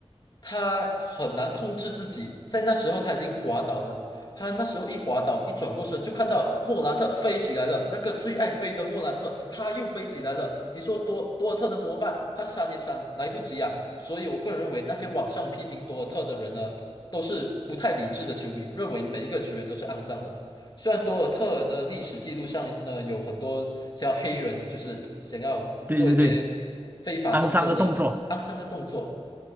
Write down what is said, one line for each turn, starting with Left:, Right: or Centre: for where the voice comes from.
Left: 他很难控制自己，在那时候他已经滑倒了，他那时候一滑倒，一转过身就看到莫兰特飞起来了，那个最爱飞的莫兰特，他又飞起来了。你说多多尔特能怎么办？他闪也闪来不及啊。所以我个人认为那些网上批评多尔特的人呢，都是不太理智的球迷，认为每一个球员都是肮脏的。虽然多尔特的历史记录上呢，有很多像黑人，就是想要做一些非法动作的肮脏的动作，
Right: 对对对，肮脏的动作。